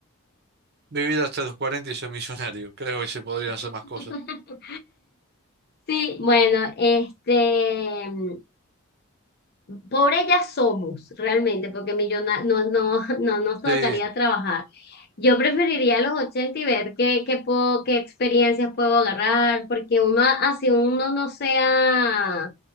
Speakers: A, on the right (about 50°); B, on the left (about 50°).
A: Vivir hasta los cuarenta y ser millonario. Creo que se podrían hacer
B: <laughs>
A: más cosas.
B: Sí, bueno, este, mm, pobre ya somos realmente, porque millona- no, no, <laughs> no nos tocaría
A: Sí.
B: trabajar. Yo preferiría los 80 y ver qué, qué puedo, qué experiencias puedo agarrar, porque uno, así uno no sea